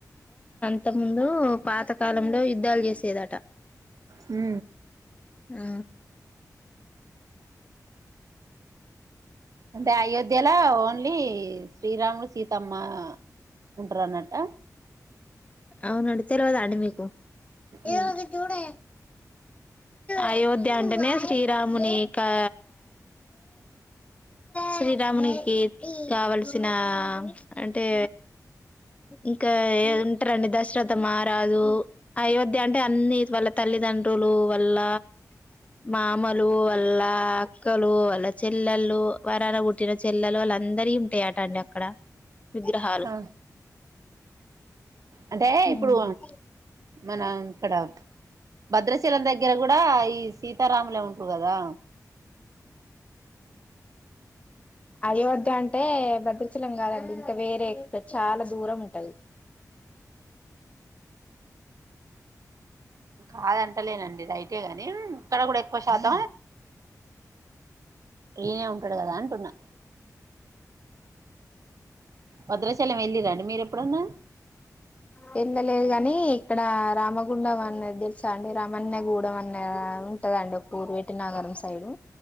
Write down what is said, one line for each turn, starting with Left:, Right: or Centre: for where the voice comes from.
Left: ఇంత ముందు పాతకాలంలో యుద్ధాలు చేసేదట
Right: హ
Left: ఆ
Right: అంటే అయోధ్యలో ఓన్లీ శ్రీరాములు సీతమ్మ ఉంటారు అన్నట్ట
Left: అవునండి తెల్వదా మీకు
Right: ఉమ్
Left: ఏదగ చూడే అయోధ్య అంటేనే శ్రీరామునికా శ్రీరామునికి కావల్సిన అంటే ఇంకా ఏ అట్టండి దశరథ మారాదు అయోధ్య అంటే అన్నిీ వాళ్ళ తల్లిదండ్రులు వాళ్ల మామలు వాళ్ళ అక్కలు వాళ్ళ చెల్లెలు వరాన పుట్టిన చెల్లెలు వాళ్ళ అందరి ఉంటాయట అండి అక్కడ విగ్రహాలు
Right: ఆ అంటే ఇప్పుడు
Left: అవును
Right: మన ఇక్కడ భద్రశీలం దగ్గర దగ్గర కూడా ఈ సీతారాములే ఉంటారు కదా
Left: అయోధ్య అంటే భద్రచలం కాదండి ఇంకా వేరే చాలా దూరం ఉంటది
Right: కాదంటలేనండి రైటేగాని ఇక్కడ కూడా పషాద ఏేనే ఉంటాడు కదా అంటున్నా భద్రాశైలం వెళ్ళి రండి మీరు ఎప్పుడున్న
Left: వెళ్ళలేదు కాని ఇక్కడ రామగుండం అనేది తెలుసా అండి రామన్యగూడం అనేది ఉంటదండి వేటి నాగరం సైడు